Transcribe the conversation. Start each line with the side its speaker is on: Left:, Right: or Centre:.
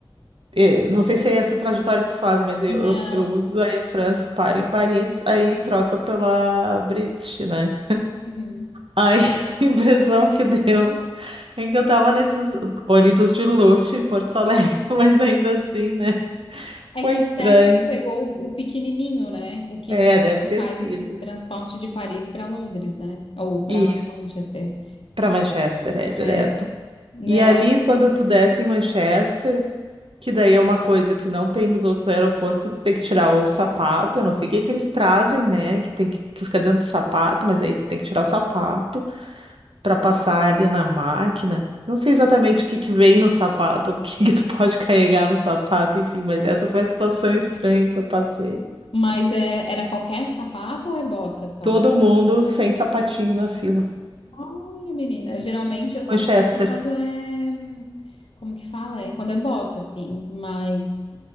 Right: eh, não sei se é essa trajetória que tu faz, mas eu,
Left: Não.
Right: eu, eu uso a Air France, paro em Paris, aí troca pela British, né?
Left: Uhum.
Right: Aí <laughs> a impressão que deu é que eu tava nesses ônibus de luxo em Porto Alegre, <laughs> mas ainda assim, né?
Left: É
Right: Foi
Left: que
Right: estranho.
Left: disseste que tu pegou o pequenininho, né? O que,
Right: É,
Left: va-
Right: deve
Left: o que
Right: ter
Left: faz
Right: sido.
Left: esse transporte de Paris para Londres, né? Ou para
Right: Isso,
Left: Manchester.
Right: pra Manchester, é direto.
Left: É, não,
Right: E ali, quando tu desce em Manchester, Que daí é uma coisa que não tem nos outros aeroportos, tem que tirar o sapato, eu não sei o que que eles trazem, né? Que tem que, que fica dentro do sapato, mas aí tu tem que tirar o sapato para passar ali na máquina. Não sei exatamente o que que vem no sapato, ou o que que tu pode carregar no sapato, enfim, mas essa foi a situação <laughs> estranha que eu passei.
Left: mas é, era qualquer sapato ou é bota só?
Right: Todo mundo sem sapatinho na fila.
Left: Olha, menina, geralmente eu só
Right: Manchester.
Left: tiro quando é. hum, Como que fala? É quando é bota, assim. Mas,